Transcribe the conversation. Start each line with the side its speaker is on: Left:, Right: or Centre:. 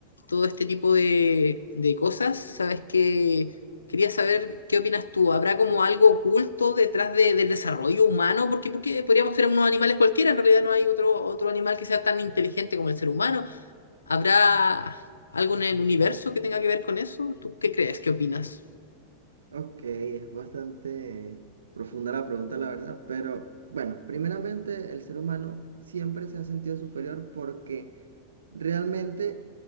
Left: todo este tipo de, de cosas, sabes que quería saber qué opinas tú. ¿Habrá como algo oculto detrás de- del desarrollo humano? Porque, porque podríamos ser unos animales cualquiera, en realidad no hay otro, otro animal que sea tan inteligente como el ser humano. ¿Habrá algo en el universo que tenga que ver con eso? ¿Tú qué crees? ¿Qué opinas?
Right: Ok, es bastante profunda la pregunta, la verdad, pero bueno, primeramente el ser humano siempre se ha sentido superior porque realmente